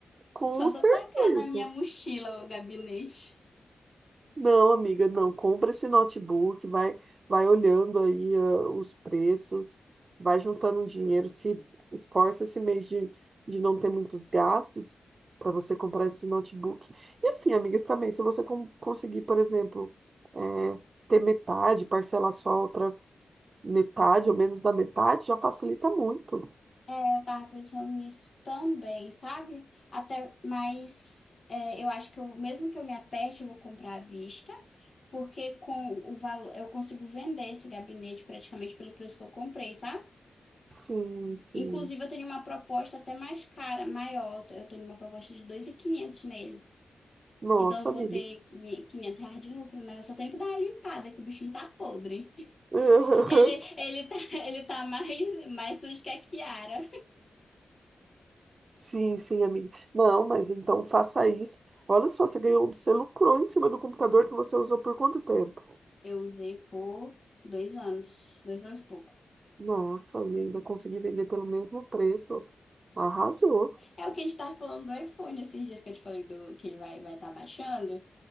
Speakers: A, on the right; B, on the left.
A: com
B: só
A: certeza.
B: se eu tacar na minha mochila o gabinete.
A: Não, amiga, não. Compra esse notebook, vai, vai olhando aí ah, os preços, vai juntando um dinheiro, se esforça esse mês de, de não ter muitos gastos para você comprar esse notebook. E assim, amigas, também, se você com- conseguir, por exemplo, eh, ter metade, parcelar só a outra metade ou menos da metade, já facilita muito.
B: Eu tava pensando nisso também, sabe? Até, mas é, eu acho que eu, mesmo que eu me aperte, eu vou comprar à vista, porque com o valor eu consigo vender esse gabinete praticamente pelo preço que eu comprei, sabe?
A: Sim, sim.
B: Inclusive, eu tenho uma proposta até mais cara, maior. Eu tenho uma proposta de 2.500 nele.
A: Nossa,
B: Então, eu
A: amiga.
B: vou ter 500 reais de lucro, né? Eu só tenho que dar uma limpada, que o bichinho tá podre. <laughs>
A: <laughs>
B: Ele, ele tá, <laughs> ele tá mais, mais sujo que a Kiara.
A: Sim, sim, amiga. Não, mas então faça isso. Olha só, você ganhou, você lucrou em cima do computador que você usou por quanto tempo?
B: Eu usei por dois anos, dois anos e pouco.
A: Nossa, ainda consegui vender pelo mesmo preço. Arrasou.
B: É, é o que a gente tava falando do iPhone esses dias que eu te falei do, que ele vai vai estar baixando.